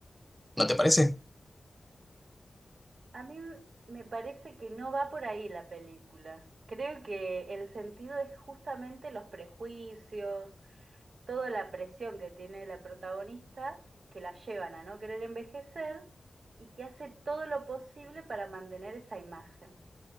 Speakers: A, in the centre; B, on the right.
A: ¿no te parece?
B: A mí me parece que no va por ahí la película. Creo que el sentido es justamente los prejuicios, toda la presión que tiene la protagonista, que la llevan a no querer envejecer y que hace todo lo posible para mantener esa imagen.